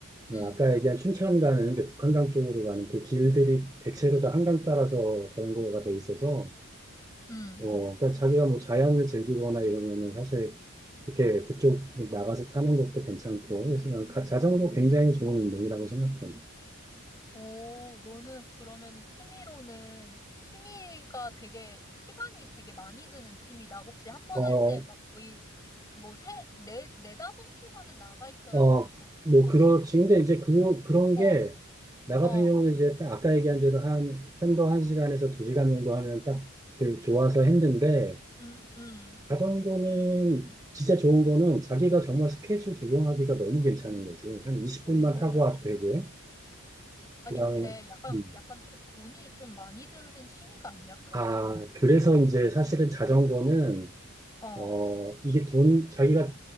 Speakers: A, on the left; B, on the right.
A: 음,
B: 어, 아까 얘기한 춘천 가는 이제 북한강 쪽으로 가는 그 길들이 대체로 다 한강 따라서 자전거가 돼 있어서
A: 음.
B: 어, 그러니까 자기가 뭐 자연을 즐기거나 이러면은 사실 이렇게 그쪽 나가서 타는 것도 괜찮고, 그래서 난 가- 자전거 굉장히 좋은 운동이라고 생각해요.
A: 오, 너는 그러면은 취미로는, 취미가 되게, 시간이 되게 많이 드는 취미다. 그치? 한 번
B: 어,
A: 할 때 막 거의 뭐 세, 네, 네다섯 시간은 나가 있어야
B: 어,
A: 되는 거지.
B: 뭐
A: 그치?
B: 그렇지. 근데 이제 그, 그런
A: 어,
B: 게, 나
A: 어,
B: 같은 경우는 이제 딱 아까 얘기한 대로 한, 편도 한 시간에서 두 시간 정도 하면 딱 그 좋아서 했는데,
A: 음, 음.
B: 자전거는 진짜 좋은 거는 자기가 정말 스케줄 조정하기가 너무 괜찮은 거지. 한 20분만
A: 오.
B: 타고 와도 되고요.
A: 아니,
B: 그다음에
A: 근데 약간,
B: 음,
A: 약간 또 돈이 좀 많이 드는 취미가 아니야? 그런
B: 아,
A: 게?
B: 그래서 이제 사실은 자전거는,
A: 어,
B: 어, 이게 돈, 자기가